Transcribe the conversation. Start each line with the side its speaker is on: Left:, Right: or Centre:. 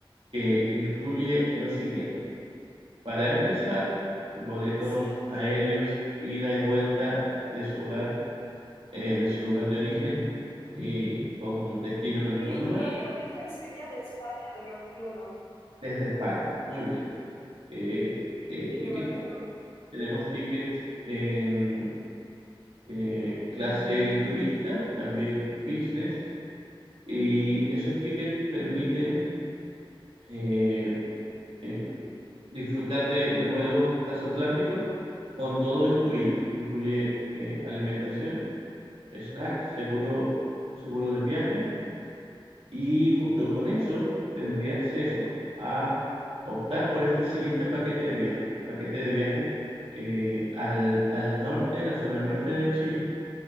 Right: que incluye lo siguiente. Para empezar, boletos
Left: Sí.
Right: aéreos, ida y vuelta de su hogar, eh, de su lugar de origen y con destino en el
Left: Mi
Right: mismo lugar,
Left: lugar de origen sería de España, de Barcelona.
Right: desde España. Muy bien. Eh, eh,
Left: Sí,
Right: ticket,
Left: de Barcelona.
Right: tenemos tickets en eh, clase turista, también business, y esos tickets permiten eh, em, disfrutar del vuelo transatlántico con todo incluido. Incluye eh, alimentación snacks, seguro, seguro de viaje y junto con eso tendría acceso a optar por este siguiente paquete de viaje. Paquete de viaje eh, al, al norte, la zona norte de Chile,